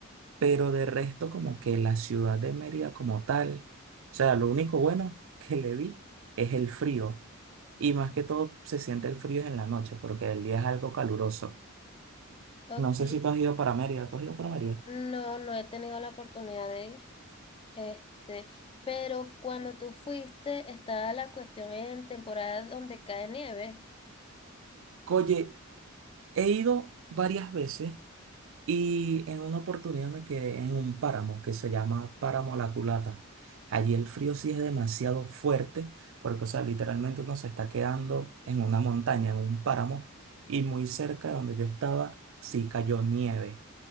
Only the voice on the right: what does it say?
pero de resto como que la ciudad de Mérida como tal, o sea, lo único bueno <laughs> que le vi es el frío. Y más que todo se siente el frío en la noche, porque el día es algo caluroso.
No sé si tú has ido para Mérida, ¿tú has ido para Mérida?
Oye, he ido varias veces Y en una oportunidad me quedé en un páramo que se llama Páramo La Culata. Allí el frío sí es demasiado fuerte, porque, o sea, literalmente uno se está quedando en una montaña, en un páramo, y muy cerca de donde yo estaba sí cayó nieve.